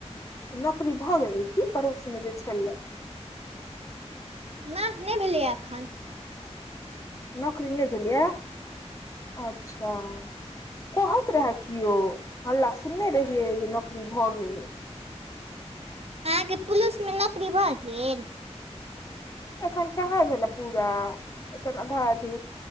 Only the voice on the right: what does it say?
ना नै भेलैए एखन।
अहाँके पुलिस मे नौकरी भऽ गेल?